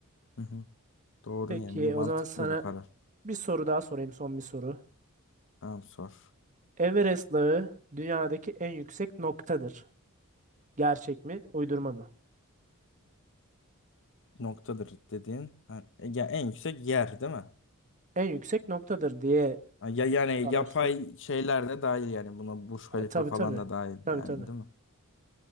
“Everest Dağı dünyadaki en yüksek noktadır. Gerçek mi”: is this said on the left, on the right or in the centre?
Right